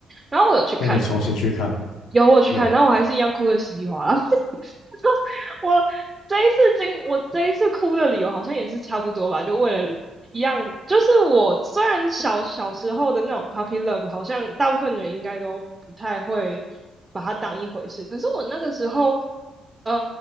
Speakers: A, on the right; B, on the left.
A: 然后我有去看，
B: 但你有重新去看吗？
A: 有我有去看，
B: 有，
A: 然后我还是一样哭的稀里哗啦。<laughs> 我这一次经，我这一次哭的理由好像也是差不多吧，就为了一样，就是我虽然小小时候的那种 puppy love，好像大部分人应该都不太会把它当一回事，可是我那个时候。嗯、